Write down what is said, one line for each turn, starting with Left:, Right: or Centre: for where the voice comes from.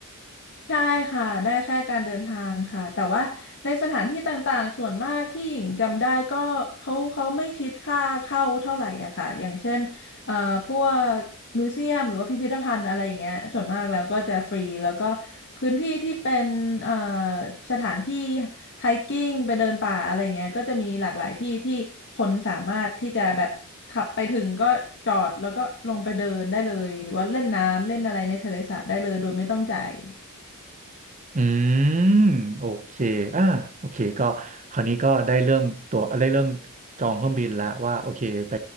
Left: ใช่ค่ะ ได้แค่การเดินทางค่ะ แต่ว่าในสถานที่ต่างๆ ส่วนมากที่หญิงจำได้ก็เขาเขาไม่คิดค่าเข้าเท่าไหร่อะค่ะอย่างเช่นเอ่อพวกมิวเซียมหรือว่าพิพิธภัณฑ์อะไรอย่างเงี้ยส่วนมากแล้วก็จะฟรีแล้วก็พื้นที่ที่เป็นเอ่อสถานที่ไฮกิ้งไปเดินป่าอะไรเงี้ยก็จะมีหลากหลายที่ที่คนสามารถที่จะแบบขับไปถึงก็จอดแล้วก็ลงไปเดินได้เลยหรือว่าเล่นน้ำเล่นอะไรในทะเลสาบได้เลยโดยไม่ต้องจ่าย
Right: อืมโอเคอ่าโอเคก็คราวนี้ก็ได้เรื่องตัวได้เรื่องจองเครื่องบินแล้วว่าโอเคไป